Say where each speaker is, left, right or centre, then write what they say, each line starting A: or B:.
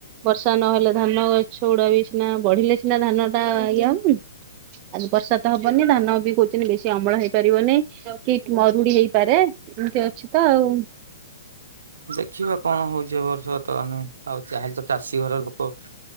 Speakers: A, on the right; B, on the right.
A: ବର୍ଷା ନହେଲେ ଧାନଗ ସଉଡ ବି ସିନା ବଢିଲେ ସିନା ଧାନ ଟା ଇା ହବନ ଆ ବର୍ଷା ତ ହବ। ହବନି ଧାନ ବି କହୁଛନ୍ତି ବେଶୀ ଅମଳ ହେଇପାରିବନି। କି ମରୁଡି ହେଇପାରେ। ଏମତି ଅଛି ତ ଆଉ।
B: ଦେଖିବା କଣ ହଉଛି ଏ ବର୍ଷ ତ ଆଉ ଯାହାହେଲେ ତ ଚାଷୀ ଘର ଲୋକ।